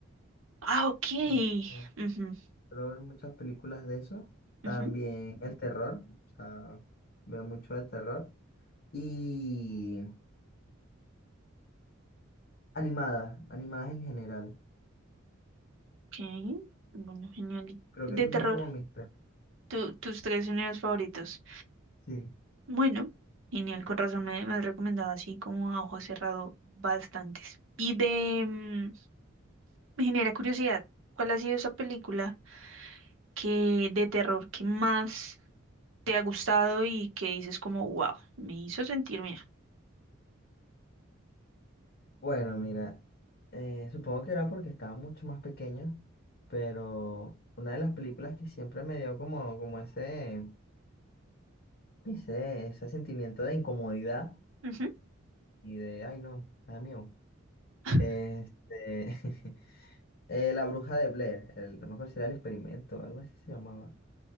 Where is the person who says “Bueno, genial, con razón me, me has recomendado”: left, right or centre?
Right